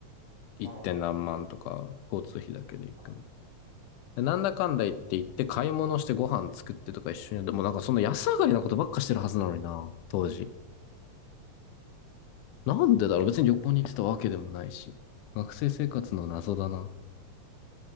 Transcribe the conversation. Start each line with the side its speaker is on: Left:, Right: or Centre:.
Left: 1.
Right: まあ、
Left: 点何万とか、
Right: 超えて。
Left: 交通費だけで行くの。
Right: あ
Left: なんだかんだ言って行って買い物してご飯作ってとか一緒に、でもなんかそんな安上がりなことばっかしてるはずなのにな、当時。なんでだろう別に旅行に行ってたわけでもないし。学生生活の謎だな。